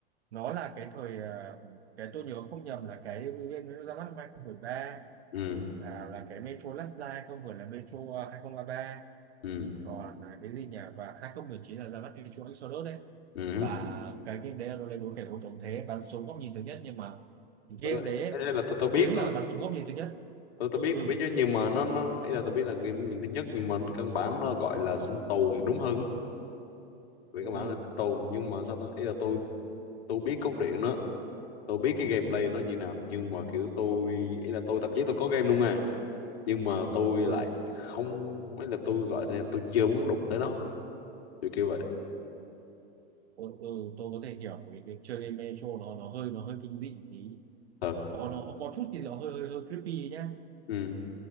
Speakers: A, on the right; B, on the left.
A: nó là cái thời à, cái tôi nhớ không nhầm là cái game nó ra mắt năm 2013
B: ừ
A: là là cái Metro Last Light không vừa là Metro à, 2033
B: ừ
A: còn là cái gì nhỉ và 2019 là ra mắt Metro Exodus đấy
B: ừ
A: và cái game đấy là nó lên đối kẻ thù chống thế bắn súng góc nhìn thứ nhất nhưng mà game
B: tôi
A: đấy ấy,
B: thế nên là tôi tôi biết
A: tiếng
B: tôi
A: là bắn súng góc nhìn thứ nhất
B: tôi tôi
A: ừ
B: biết
A: ừ
B: tôi biết chứ nhưng mà nó nó ấy là tôi biết là game nhìn thứ nhất nhưng mà căn bản nó gọi là sinh tồn thì đúng hơn về
A: ừ
B: căn bản là sinh tồn nhưng mà sao ta ấy là tôi tôi biết cốt truyện nó tôi biết cái gameplay nó như nào nhưng mà kiểu tôi ấy là tôi thậm chí tôi có game luôn à nhưng mà tôi lại
A: ừ
B: không ấy là tôi gọi là tôi chưa muốn đụng tới nó kiểu kiểu vậy
A: ừ ừ ừ tôi có thể hiểu vì việc chơi game Metro nó nó hơi nó hơi kinh dị tí
B: thật
A: có nó có chút thì nó hơi hơi hơi creepy nhá
B: ừ